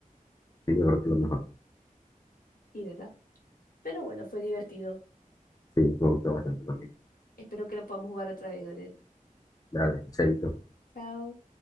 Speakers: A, on the left; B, on the left.
A: Sí, yo creo que es lo mejor.
B: Y verdad. Pero bueno, fue divertido.
A: Sí, me gustó bastante también.
B: Espero que lo podamos jugar otra vez, Gareth.
A: Dale, chaito.
B: Chao.